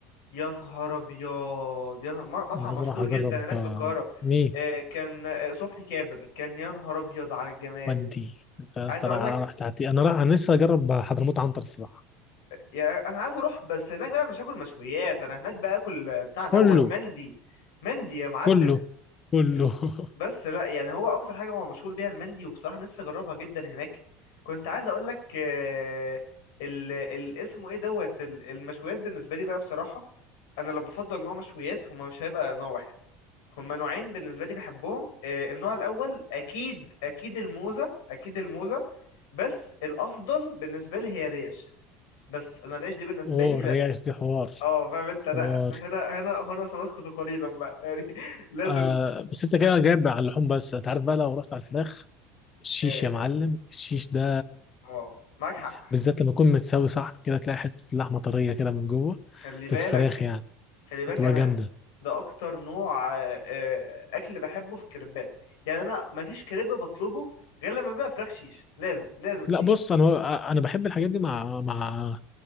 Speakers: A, on the left; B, on the left.
A: يا نهار ابيض يا نهار... م- مطعم
B: انا عايز
A: مشهور
B: اروح اجرب
A: جدا هناك
B: آه،
A: في القاهره
B: ميه
A: آه، كان آه، صبحي كابر كان يا نهار ابيض على الجمال
B: ودي انت يا
A: عايز
B: اسطى
A: اقول
B: راح
A: لك
B: راح تعطي انا راح انا لسه اجرب حضرموت عنتر الصراحه
A: يعني انا عايز اروح بس هناك بقى مش هاكل مشويات انا هناك بقى اكل بتاع دوت
B: كله
A: مندي مندي يا معلم
B: كله كله
A: ال-
B: <laughs>
A: بس لا يعني هو اكتر حاجه هو مشهور بيها المندي وبصراحه نفسي اجربها جدا هناك كنت عايز اقول لك آه، ال ال- اسمه ايه دوت ال- المشويات بالنسبه لي بقى بصراحه انا لو بفضل نوع مشويات هما مش هيبقى نوع واحد هما نوعين بالنسبه لي بحبهم آه، النوع الاول اكيد اكيد الموزه اكيد الموزه بس الافضل بالنسبه لي هي الريش بس انا الريش دي بالنسبه
B: هو
A: لي
B: الريش دي حوار
A: اه فاهم انت لا
B: حوار
A: هنا هنا هنا سنسكت قليلا بقى يعني <laughs> لازم
B: آه بس انت كده جايب على اللحوم بس انت عارف بقى لو رحت على الفراخ الشيش
A: اه
B: يا معلم الشيش ده
A: آه، معاك حق
B: بالذات لما يكون متساوي صح كده تلاقي حتة لحمة طرية كده من جوه
A: خلي بالك
B: بتاعت الفراخ يعني
A: خلي بالك
B: تبقى
A: انا
B: جامدة
A: ده اكتر نوع آه، آه، اكل بحبه في الكريبات يعني انا ما فيش كريب بطلبه غير لما بيبقى فراخ شيش لازم لازم
B: لا
A: شيش
B: بص أنا أنا بحب الحاجات دي مع مع